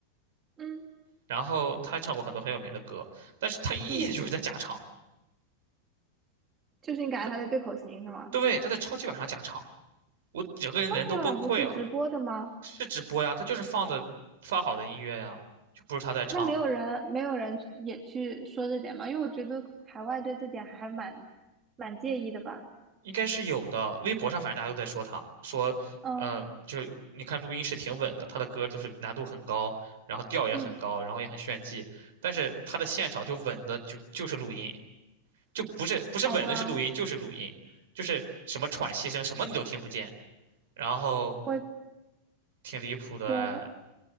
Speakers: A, on the right; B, on the right.
A: 嗯
B: 然后他唱过很多很有名的歌，但是他一眼就是在假唱，
A: 嗯，就是你感觉他在对口型是吗？
B: 他在对他在超级晚上假唱，我整个人人都崩溃了。
A: 超级碗不是直播的吗？
B: 是直播呀，他就是放的发好的音乐呀，就不是他在唱。
A: 那没有人，没有人也去说这点吗？因为我觉得海外对这点还蛮蛮介意的吧。
B: 应该是有的。微博上反正大家都在说他，说，
A: 嗯
B: 呃，就是你看录音是挺稳的，他的歌就是难度很高，然后调也很高，
A: 嗯，
B: 然后也很炫技，但是他的现场就稳的就就是录音，就不是不是稳的是录音，
A: 好吧，
B: 就是录音，就是什么喘息声什么你都听不见，然后
A: 我
B: 挺离谱的哎
A: 的